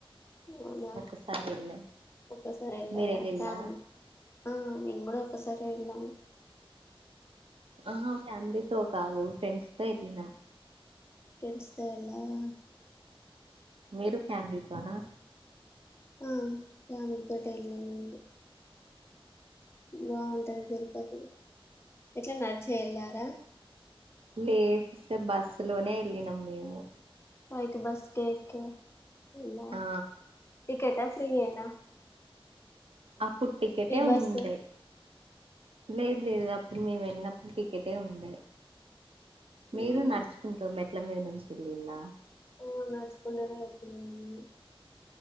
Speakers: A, on the left; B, on the right.
A: అవునా
B: ఒసారి ఎల్ళ
A: ఒక్కసారి వెళ్ళారా
B: మీరెల్లిళ్ల
A: ఫ్యామిలీ ఆ నేనుగూడ ఒక్క సరే ఎల్లను
B: ఆహ ఫ్యామిలీతో కాదు ఫ్రెండ్స్ తో ఎళ్ళినం
A: ఫ్రెండ్స్ తో వెళ్ళావా
B: మీరు ఫ్యామలీతోనా
A: ఆ ఫ్యామిలీ తోటే ఎళ్ళమండి బాగుంటది తిరుపతి ఎట్ల నడిచే ఎళ్ళారా
B: లేస్ స బస్ లోనే ఎళ్ళినము మేము
A: ఫైకి బస్కె ఎక్కం ఎలా
B: ఆ
A: టికెటా ఫ్రీ ఎ నా
B: అప్పుడు టికెటే ఉండే
A: బస్సు
B: లేదు లేదు అప్పుడు మేము ఎ నప్పు టికటే ఉండే
A: అవునా
B: మీరు నడుచుకుంటా మెట్ మెట్ల మీద నుంచి ఎళ్లిండ్ల
A: ఆ నడుచుకుంటనే ఎక్కిన మేము